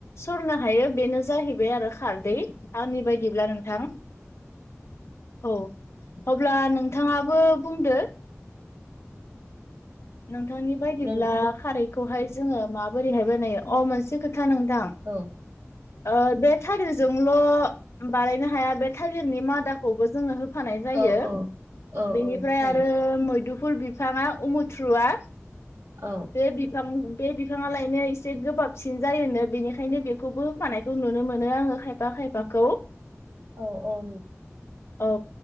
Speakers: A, on the left; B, on the right.
A: सरनो हायो बेनो जाहैबाय आरो खारदै। आंनि बायदिब्ला नोंथां औ अब्ला नोंथाङाबो बुंदो नोंनि बायदिब्ला
B: नों
A: खारैखौहाय जोङो माबोरैहाय बानायो अ मोनसे खोथा नोंथां
B: औ
A: ओ बे थालिरजोंल' बानायनो हाया बे थालिरनि मादाखौबो जोङो हो होफानाय जायो
B: औ औ औ
A: बेनिफ्राय
B: होफायो
A: आरो मैदुफुल बिफाङा उमुथ्रुवा
B: औ
A: बे बिफां बे बिफाङालायनो एसे गोबाबसिन जायोनो बेनिखायनो बेखौबो होफानाय खौ नुनो मोनो आङो खायफा खायफाखौ।
B: औ औ
A: औ